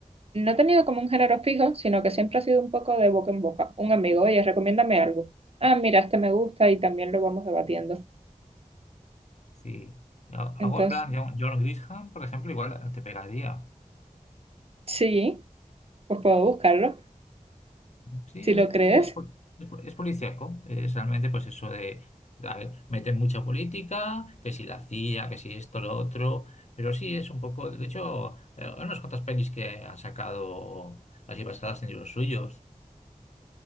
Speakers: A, on the right; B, on the left.
A: no he tenido como un género fijo, sino que siempre ha sido un poco de boca en boca. Un amigo, oye, recomiéndame algo. Ah, mira, este me gusta y también lo vamos debatiendo.
B: Sí. A-
A: Entonces,
B: Algo en plan, John, John Grisham, por ejemplo, igual te pegaría.
A: sí, pues puedo buscarlo.
B: Sí,
A: Si
B: es,
A: lo
B: es,
A: crees,
B: es, pol- es policíaco. Es realmente, pues eso de, a ver, meten mucha política, que si la CIA, que si esto, lo otro. Pero sí, es un poco. De hecho, eh, hay unas cuantas pelis que han sacado así basadas en libros suyos.